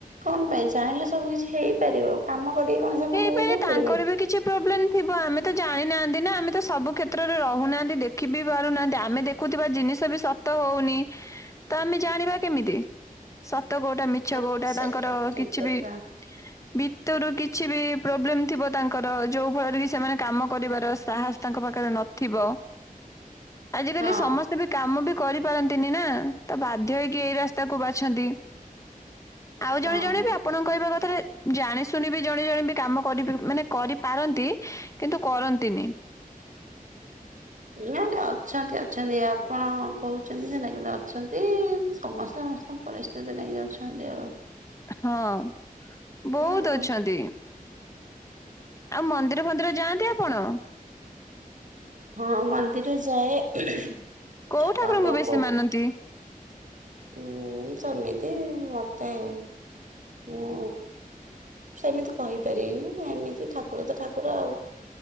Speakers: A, on the right; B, on the left.
A: କଣ ପାଇଁ ଚାହିଁଲେ ସବୁ କିଛି ହେଇପାରିବ। କାମ କରିକି କଣ ସେମାନେ
B: ହେଇପାରେ
A: ଇଏ କରିପାରିବେ
B: ତାଙ୍କର ବି କିଛି ପ୍ରୋବ୍ଲେମ୍ ଥିବ ଆମେ ତ ଜାଣି ନାହାନ୍ତି। ଆମେ ତ ସବୁ କ୍ଷେତ୍ରରେ ରହୁନାହାନ୍ତି ଦେଖି ବି ପାରୁନାହାନ୍ତି ଆମେ ଦେଖୁଥିବା ଜିନିଷ ବି ସତ ହଉନି। ତ ଆମେ ଜାଣିବା କେମିତି? ତ କୋଉଟା ମିଛ
A: ହଁ
B: କୋଉଟା
A: ସେଇଟା
B: ତାଙ୍କର
A: ବି ଠିକ
B: କିଛି
A: କଥା
B: ବି ଭିତରୁ କି କିଛି ବି ପ୍ରୋବ୍ଲେମ୍ ଥିବ ତାଙ୍କର ଯୋଉ ଫଳରେ କି ସେମାନେ କାମ କରିବାର ସାହସ ତାଙ୍କ ପାଖରେ ନଥିବ। ଆଜିକାଲି
A: ହଁ
B: ସମସ୍ତେ ବି କାମ ବି କରିପାରନ୍ତିନି ନା ତ ବାଧ୍ୟ ହେଇକି ଏଇ ରାସ୍ତାକୁ ବାଛନ୍ତି। ଆଉ
A: ହଁ
B: ଜଣେ ଜଣେ ବି ଆପଣଙ୍କ କହିବା କଥାରେ ଜାଣି ଶୁଣି ବି ଜଣେ ଜଣେ ବି କାମ କରି ମାନେ କରିପାରନ୍ତି କିନ୍ତୁ କରନ୍ତିନି।
A: ନା ନା ଅଛନ୍ତି ଅଛନ୍ତି ଆପଣ କହୁଛନ୍ତି ନା ନାଇଁ ଅଛନ୍ତି ସମସ୍ତେ ସମସ୍ତ ପରିସ୍ଥିତି ନେଇ ଯାଉଛନ୍ତି ଆଉ
B: ହଁ
A: ହଁ
B: ବହୁତ୍ ଅଛନ୍ତି। ଆଉ ମନ୍ଦିର ଫନ୍ଦିର ଯାଆନ୍ତି ଆପଣ?
A: ହଁ ମନ୍ଦିର ଯାଏ। ଆପଣ
B: କୋଉ ଠାକୁରଙ୍କୁ
A: କୋଉ
B: ବେଶୀ
A: କୋଉ
B: ମାନନ୍ତି?
A: ହୁଁ ସେମିତି ମତେ ମୁଁ ସେମିତି କହିପାରିନି ଏମିତି ଠାକୁର ତ ଠାକୁର ଆଉ।